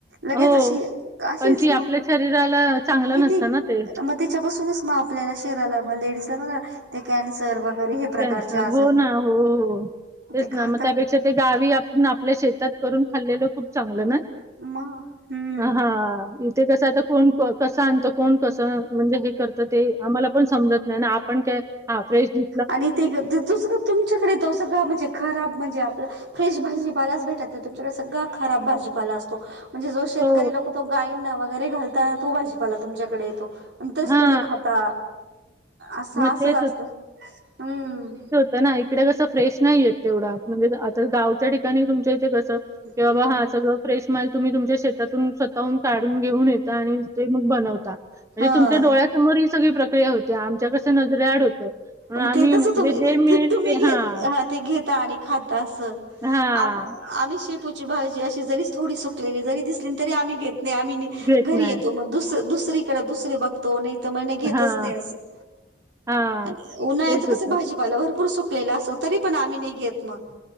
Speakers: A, on the right; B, on the right.
A: लगेच
B: हो.
A: अशी अशीच
B: पण ती आपल्या शरीराला चांगलं
A: किती
B: नसतं ना ते.
A: म त्याच्यापासून आपल्याला शहराला लेजला बघा कन्सर वगैरे प्रकारचे
B: कॅन्सल
A: आजार
B: हो ना हो हो तेच
A: ते
B: ना
A: घातक
B: मग त्यापेक्षा ते गावी आपल्या शेतात करून खाल्लेलं खूप चांगलं ना
A: मग हम्म
B: हा इथे कस आता कोण कसं आणत कोण कसं म्हणजे हे कर तर ते आम्हाला पण समजत नाही ना आपण काय हा फ्रेश दि
A: आणि ते जो सगळं तुमच्याकडे तो सगळं म्हणजे खराब म्हणजे आपला फ्रेश भाजीपालाच भेटत नाही तुमच्याकडे सगळा खराब भाजीपाला असतो म्हणजे जो शेतकरी
B: हो
A: लोक तो गाईंना वगैरे घालताना तो भाीपाला तुमच्याकडे येतो आणि तेच
B: हा
A: तुम्ही खाता असं असं
B: मग तेच
A: जास्त हम्म
B: तर ना इकडे कसं फ्रेश नाहीय तेवढा म्हणजे आता गावच्या ठिकाणी तुमच्या इथे कसं कि बाबा
A: हम्म
B: हा सगळ फ्रेश माल तुम्ही तुमच्या शेतातून काढून घेऊन येत आणि ते मग बनवता म्हणजे
A: हा
B: तुमच्या डळ्यात समोर ही सगळी प्रक्रिया होती आमच्या कसं नजरेआड होतं म्हणून
A: म
B: आम्ही
A: ते तस
B: म्हणजे
A: तुम्ही
B: जे मिळेल
A: तुम्ही
B: ते
A: घेत
B: हां,
A: ते घेता आणि खाता अस
B: हां,
A: आम आम् श पूची भाजी अशी जरीच थोडी सुकलेली जरी दिसली तरी आम्ही घेत नाही आम्ही
B: घेत
A: घरी
B: नाही.
A: येतो मग दुस दुसरीकडे दुसरीे बघतो नाही तर मण नाही घेतच
B: हां,
A: नाही असं
B: हां,
A: आणि उन्हाळ्याचं
B: तेच
A: कसं
B: होतं.
A: भाजीपाला भरपूर सुकलेला असो तरी पण आम्ही नाही घेत मग